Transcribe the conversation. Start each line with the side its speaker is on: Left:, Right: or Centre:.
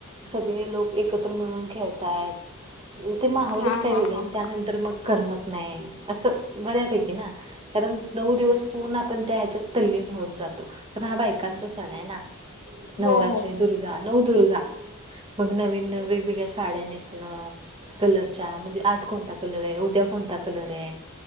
Right: सगळे लोक, एकत्र मिळून खेळतायत ते माहोलंच
Left: हा हा
Right: काय
Left: हा
Right: वेगळं,
Left: हा
Right: त्यानंतर मग करमत नाही, असं बऱ्यापैकी ना कारण नऊ दिवस पूर्ण आपण त्या हयाच्यात तल्लीन होऊन जातो. तर हा बायकांचा सण आहे ना? नवरात्री
Left: हो हो हो
Right: दुर्ग र्गा - नवदुर्गा, मग नवीन - नवी वेगवेगळ्या साड्या नेसनं कलरच्या, म्हणजे आज कोणता कलर आहे, उद्या कोणता कलर आहे